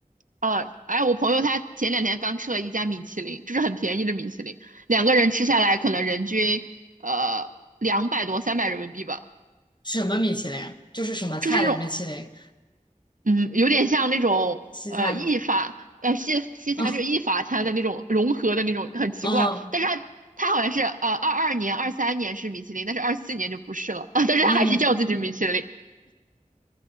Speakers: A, on the right; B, on the left.
A: 哦，哎，我朋友他前两天刚吃了一家米其林，就是很便宜的米其林，两个人吃下来可能人均呃两百多三百人民币吧，
B: 什么米其林？就是什么菜的米其林？
A: 就是那种嗯有点像那种呃意法呃西西餐就是意法餐的那种融合的那种很奇怪，
B: 西餐吗？嗯嗯
A: 但是他他好像是呃二二年二三年是米其林，但是二四年就不是了，<laughs> 但是他还是叫自己米其林。
B: 嗯，
A: <laughs>